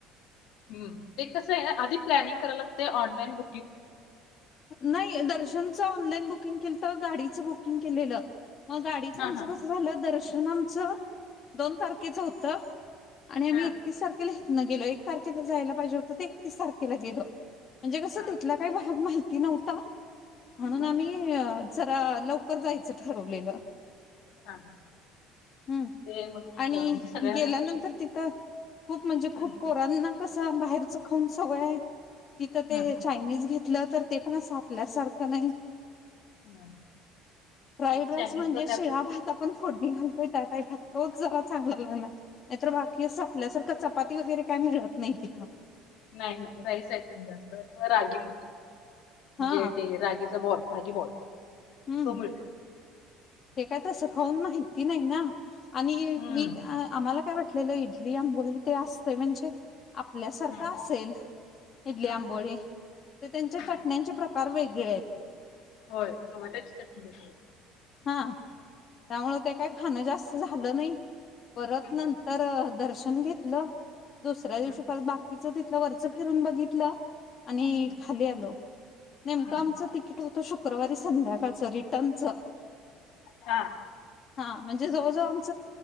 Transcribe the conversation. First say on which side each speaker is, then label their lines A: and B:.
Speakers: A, on the left (about 70°); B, on the left (about 35°).
A: ह कस आहे आधी प्लॅनिंग कराला लागत ऑनलाइन बुक
B: नाही दर्शनच ऑनलाईन बुकिंग केलं तर गाडीच बुकिंग केलेलं मग गाडीचं
A: हा
B: आमचं
A: हा
B: कस झालं दर्शन आमचं दोन तारखेचं होतं आणि आम्ही
A: हा
B: एकतीस तारखेला हेतनं गेलो एक तारखेला जायला पाहिजे होतं ते एकतीस तारखेला गेलो म्हणजे कस
A: हा
B: तिथ माहिती नव्हता? म्हणून
A: बरोबर.
B: आम्ही जरा लवकर जायचं ठरवलेलं.
A: हा हा
B: हम्म.
A: ते मग अं,
B: आणि
A: म्हणजे सगळ्या
B: गेल्यानंतर
A: जण औषध
B: तिथं खूप म्हणजे खूप
A: हम्म
B: पोरांना कस बाहेरच खाऊन सवय आहे तिथं ते
A: हम्म
B: चायनीज घेतलं तर ते पण आपल्यासारखं नाही.
A: हम्म.
B: फ्राईड
A: नाही
B: राईस
A: चायनीज
B: म्हणजे
A: प्रकार
B: शिळा भात आपण फोडणी घालतोय त्या टाइप भात तोच जरा चांगला लागला नाहीतर बाकी आपल्यासारखं चपाती वगैरे काय मिळत नाही तिथं.
A: नाही, नाही राईस आयटम जास्त किंवा रागी मिळतय म्हणजे
B: हा
A: ते रागीचा बॉल. भागी बॉल
B: हम्म
A: तो मिळतो.
B: ते काय तसं खाऊन माहिती नाही ना आणि
A: हम्म
B: मी आम्हाला काय वाटलेलं इडली, आं बोळी ते असतय म्हणजे आपल्यासारखं
A: हम्म
B: असेल इडली,
A: हम्म
B: आंबोळी ते त्यांच्या
A: नाही
B: चटण्यांची प्रकार प्रकार वेगळे येत.
A: होय, टोमॅटोची चटणी <unintelligible>
B: हा त्यामुळे ते काय खाणं जास्त झालं नाही, परत
A: हम्म
B: नंतर दर्श दर्शन घेतलं दुसऱ्या दिवशी
A: हम्म
B: परत बाकीच तिथलं वरचं फिरून बघितलं. आणि
A: हम्म
B: खाली आलो नेमकं
A: हम्म.
B: आमचं तिकीट होत शुक शुक्रवारी संध्याकाळच रिटर्नचं
A: हा
B: हा म्हणजे जवळ जवळ आमच